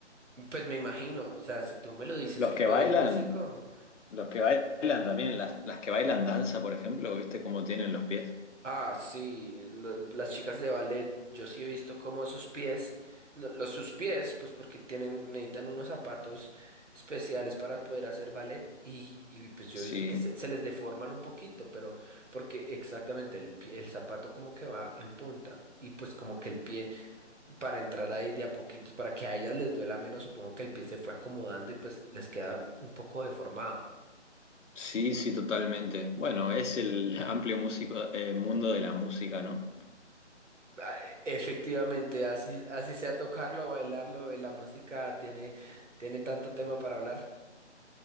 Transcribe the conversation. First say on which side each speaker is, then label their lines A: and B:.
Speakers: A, on the right; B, on the left.
A: pues me imagino, o sea, si tú me lo dices
B: Los
A: que
B: que
A: tú
B: bailan,
A: eres músico.
B: los que bailan también, las, las que bailan danza, por ejemplo, ¿viste cómo tienen los pies?
A: Ah, sí, lo- las chicas de ballet, yo sí he visto cómo esos pies, lo- los sus pies, pues porque tienen, necesitan unos zapatos especiales para poder hacer ballet y, y pues yo
B: Sí.
A: he visto que se, se les deforman un poquito, pero porque exactamente el pie- el zapato como que va en punta y pues como que el pie para entrar ahí de a poquitos, para que a ellas les duela menos, supongo que el pie se fue acomodando y pues les queda un poco deformado.
B: Sí, sí, totalmente. Bueno, es el amplio músico, eh, mundo de la música, ¿no?
A: Ah, e- Efectivamente, así, así sea tocarlo, bailarlo, eh, la música tiene, tiene tanto tema para hablar.